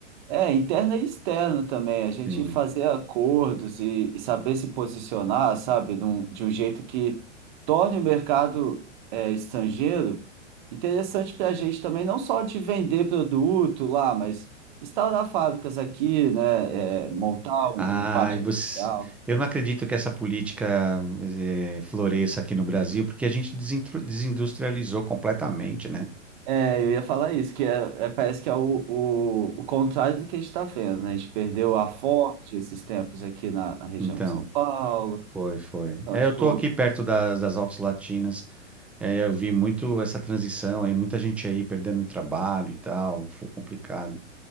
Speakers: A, on the right (about 40°); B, in the centre.
A: É, interna e externa também. A gente
B: Sim.
A: fazer
B: né?
A: acordos e, e saber se posicionar, sabe? Num- de um jeito que torne o mercado é, estrangeiro interessante para a gente também, não só de vender produto lá, mas instaurar fábricas aqui, né? É, montar
B: Ai,
A: um, um parque industrial.
B: você... Eu não acredito que essa política eh, floresça aqui no Brasil, porque a gente desintru- desindustrializou completamente, né?
A: É, eu ia falar isso, que é, é- parece que é o, o, o contrário do que a gente está vendo, né? A gente perdeu a Forte esses tempos aqui na, na região
B: Então,
A: de São Paulo.
B: foi, foi.
A: Então,
B: É,
A: tipo,
B: eu tô aqui perto das, das Altas Latinas, é, eu vi muito essa transição aí, muita gente aí perdendo o trabalho e tal, foi complicado.